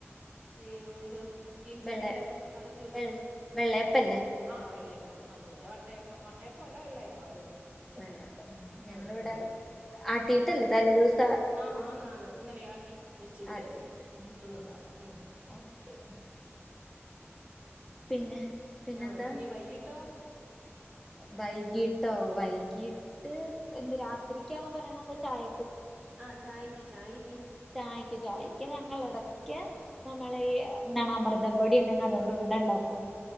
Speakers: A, on the right (about 25°); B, in the centre.
A: ഇ ഇത് ചീനച്ചട്ടിക്കകത്ത്
B: വെള്ള
A: അടച് വെച്ച്
B: വെ വെള്ളയപ്പല്ലേ
A: ആഹ് വെള്ളയപ്പം അത് തന്നെ വട്ടയപ്പം വട്ടയപ്പം അല്ല വെള്ളയപ്പം അത് തന്നെ
B: വെള്ളപ്പം ഞങ്ങളിവിടെ
A: ഉം ഉം
B: ആട്ടിട്ടല്ലേ തലെ ദിവസം ആ
A: ആഹ് ന്നാന്ന് ഇന്നലെ ആട്ടി വെച്ചിട്ട്
B: ആട്ടി വെച്ചു ഉം
A: വെക്കുന്നതാ ഉം ഉം
B: ഓക്കെ പിന്നെ പിന്നെന്താ
A: ആഹ് ഇനി വൈയ്യിട്ടോ
B: വൈകീട്ടോ വൈകീട്ട് ഇന്ന് രാത്രിക്കണോ പറയുണത് ചായ
A: ആഹ് ചായക്ക് ചായക്ക്
B: ചായക്ക് ചായക്ക് ഞങ്ങൾ ഇടയ്ക്ക് നമ്മളെ ഈ ന്നാണ് അമൃതം പൊടി ഉണ്ടെങ്ക അതുകൊണ്ട് ഉണ്ടണ്ടാക്കും